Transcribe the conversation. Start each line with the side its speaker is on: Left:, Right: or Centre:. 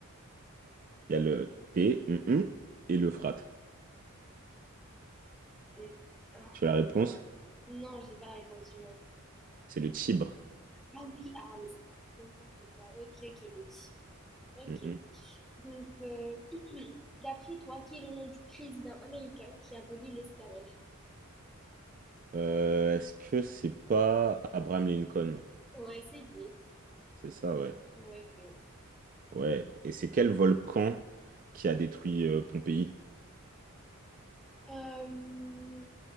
Right: il y a le T hum, hum, et l'Euphrate.
Centre: et- ah, fra-
Right: Tu as la
Centre: non,
Right: réponse?
Centre: mais- non, j'ai pas la réponse du moins.
Right: C'est le Tibre.
Centre: Ah oui, ah, mais ça fait très longtemps, je vois. Ok, ok, les petits. Ok.
Right: Hum, hum.
Centre: Donc, euh, <clears throat> d'après toi, qui est le nom du président américain qui abolit l'esclavage?
Right: Euh, est-ce que c'est pas Abraham Lincoln?
Centre: Ouais, c'est lui.
Right: C'est ça, ouais.
Centre: Ouais, c'est lui.
Right: Ouais. Et c'est quel volcan qui a détruit euh, Pompéi?
Centre: Euh,